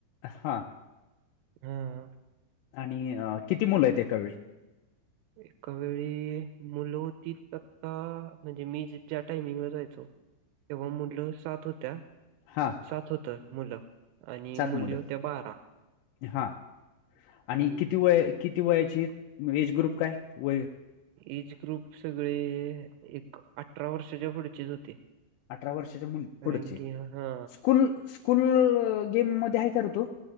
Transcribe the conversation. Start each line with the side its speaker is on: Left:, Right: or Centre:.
Left: हां
Right: हा
Left: आणि किती मुलं आहेत एकावेळी
Right: एका वेळी मुल हो त तक्ता म्हणजे मी ज्या टाइमिंगवर जायचो तेव्हा मुललं सात होत्या
Left: हां
Right: सात होत मुलं आणि मुली
Left: मुलं
Right: होत्या बारा
Left: हा आणि
Right: हम्म
Left: किती वेळ किती वयाची आहेत मग एज ग्रुप काय वय
Right: एज ग्रुप सगळे एक अठरा वर्षाच्या पुढचेच होते
Left: अठरा वर्षाच्या मुली
Right: कारण
Left: पुढेचे
Right: की हा
Left: स्कूल स्कूल गेम मध्ये आहे करतो